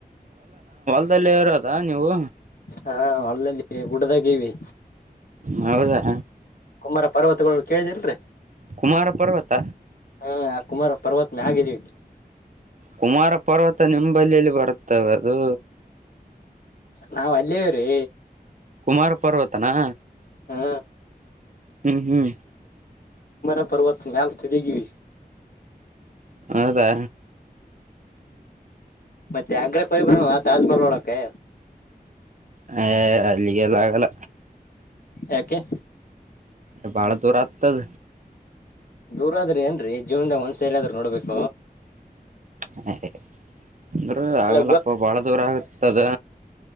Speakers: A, on the right (about 50°); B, on the left (about 65°).
A: ಲ್ಲ ಇರೋದಾ ನೀವು.
B: ಹಾ ಅಲ್ಲಲ್ಲಿ ಹೂಡದಾಗೀವಿ.
A: ಹೌದಾ
B: ಕುಮಾರ ಪರ್ವತಗಳು ಕೇಳ್ದಿರರಿ
A: ಕುಮಾರ ಪರ್ವತ
B: ಹ. ಕುಮಾರ ಪರ್ವತನ ಹಗಿದ್ದೀವಿ
A: ಕುಮಾರ ಪರ್ವತ ನಿಮ್ಮಂಬಲ್ಲಿಲ್ಲಿ ಬರುತ್ತವೆ ಅದು.
B: ನಾವ್ ಅಲ್ಲಿವ್ರೀ.
A: ಕುಮಾರ ಪರ್ವತನಾ.
B: ಹಾ.
A: ಹ್ಮ್ ಹ್ಮ್
B: ಸಮರ ಪರ್ವತ್ ಮ್ಯಲ್ತದೆಗಿವಿ.
A: ಹೌದಾ
B: ಮತ್ತೆ ಅಗ್ರಕ್ಕೆಯ್ ಬವಾ ತಾಜ್ಮಹಲ್ ನೋಡಕೆ.
A: ಹಏ ಅಲ್ಲಿಗೆ ಎಲ್ಲಾಗಲ್ಲ.
B: ಯಾಕೆ.
A: ಅ ಭಾಳ ದೂರ ಆಗ್ತದ
B: ದೂರ ಆದ್ರಿ ಏನ್ರೀ ಜೀವನ್ದಾಗ ಒಂದ್ಸೇರಿ ಆದ್ರರು ನೋಡ್ಬೇಕು
A: <unintelligible> ಅಂದ್ರ
B: ಇಲ್ಲ
A: ಆಗಲ್ಲಪ್ಪ
B: ಗೋ
A: ಬಾಳ ದೂರ ಆಗತದ